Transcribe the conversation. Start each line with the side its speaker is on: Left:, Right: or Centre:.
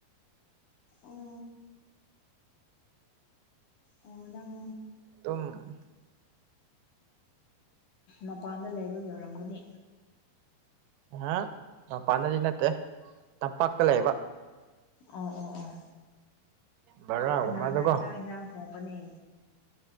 Left: ꯑꯣ ꯑꯣ ꯅꯪ
Right: ꯇꯨꯝ
Left: ꯃꯄꯥꯟꯗ ꯂꯩꯕꯒꯤ ꯑꯣꯏꯔꯝꯒꯅꯤ
Right: ꯍꯥ ꯃꯄꯥꯟꯗꯗꯤ ꯅꯠꯇꯦ ꯇꯝꯄꯥꯛꯇ ꯂꯩꯕ
Left: ꯑꯣ ꯑꯣ ꯑꯣ
Right: ꯕꯔꯥꯒꯨꯝꯕꯗꯀꯣ
Left: ꯀꯅꯥꯅ ꯆꯥꯛ ꯏꯟꯁꯥꯡ ꯊꯣꯡꯒꯅꯤ